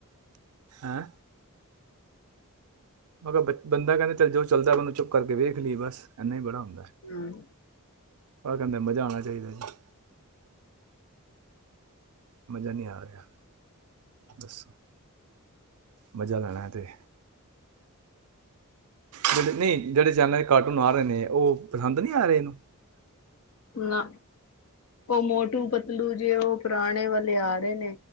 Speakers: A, on the right; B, on the left.
A: ਹੈਂ ਮੈਂ ਕਿਹਾ ਬੰਦਾ ਕਹਿੰਦਾ ਚਲ ਜੋ ਚੱਲਦਾ ਓਹਨੂੰ ਚੁੱਪ ਕਰਕੇ ਵੇਖ ਲਈਏ ਬਸ ਇੰਨਾ ਹੀ ਬੜਾ ਹੁੰਦਾ
B: ਹਮ
A: ਆਹ ਕਹਿੰਦੇ ਮਜ਼ਾ ਆਉਣਾ ਚਾਹੀਦਾ ਜੀ ਮਜ਼ਾ ਨੀ ਆ ਰਿਹਾ ਦੱਸੋ ਮਜਾ ਲੈਣਾ ਤੇ ਜਿਹੜੇ ਨਹੀਂ ਜਿਹੜੇ ਚੈਨਲ ਦੇ ਕਾਰਟੂਨ ਆ ਰਹੇ ਨੇ ਉਹ ਪਸੰਦ ਨਹੀਂ ਆ ਰਹੇ ਇਹਨੂੰ
B: ਨਾ ਉਹ ਮੋਟੂ ਪਤਲੂ ਜੇ ਉਹ ਪੁਰਾਣੇ ਵਾਲੇ ਆ ਰਹੇ ਨੇ